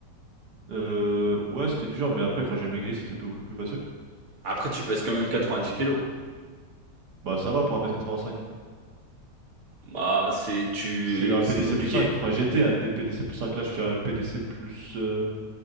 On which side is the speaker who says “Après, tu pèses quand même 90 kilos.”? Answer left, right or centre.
Right